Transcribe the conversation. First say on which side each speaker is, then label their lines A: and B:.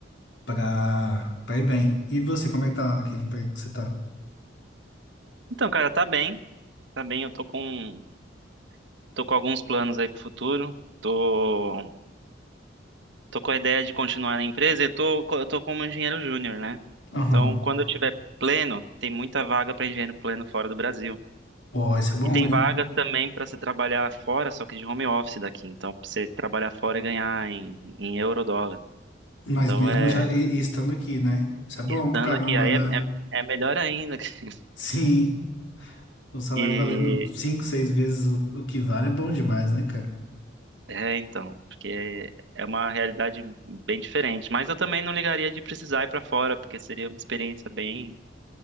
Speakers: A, on the left; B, on the right.
A: pra, pra ir bem. E você, como é que tá lá naquele emprego que você tá?
B: Então, cara, tá bem, tá bem. Eu tô com, tô com alguns planos aí pro futuro. Tô Tô com a ideia de continuar na empresa e eu tô, co- eu tô como engenheiro júnior, né?
A: Aham.
B: Então, quando eu tiver pleno, tem muita vaga para engenheiro pleno fora do Brasil.
A: Ó, isso é bom,
B: E tem
A: hein?
B: vaga também para você trabalhar fora, só que de home office daqui. Então, pra você trabalhar fora e ganhar em, em euro dólar.
A: Mas
B: Então,
A: mesmo
B: é,
A: já e- e estando aqui, né? Isso é bom
B: estando
A: pra caramba,
B: aqui, aí
A: né?
B: é, é, é melhor ainda. <laughs>
A: Sim, o salário
B: E,
A: valendo cinco, seis vezes o, o que vale é bom demais, né, cara?
B: é, então, porque é uma realidade bem diferente. Mas eu também não ligaria de precisar ir para fora, porque seria uma experiência bem,